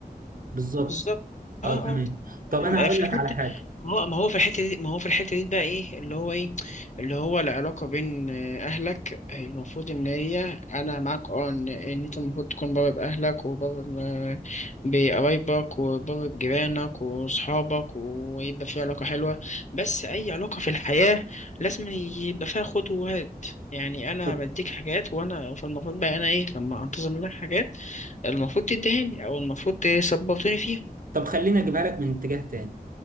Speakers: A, on the right; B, on the left.
A: بالظبط
B: بالظبط
A: اه
B: اه
A: تمام
B: اه
A: طب
B: فاهم.
A: انا
B: آه،
A: هقول
B: في
A: لك
B: الحته
A: على حاجه
B: ما هو ما هو في الحته دي ما هو في الحته دي بقى ايه اللي هو ايه اللي هو العلاقه بين آه، اهلك آه، المفروض ان هي انا معاك اه ان إن انت المفروض تكون بابا باهلك وبابا ب- بقرايبك وبابا بجيرانك واصحابك ويبقى في علاقه حلوه بس اي علاقه في الحياه لازم يبقى فيها خد وهات يعني
A: بالظبط.
B: انا بديك حاجات وانا فالمفروض بقى انا ايه لما انتظر منك حاجات المفروض تدهني او المفروض تسبورتني فيها
A: طب خليني اجيبها لك من اتجاه تاني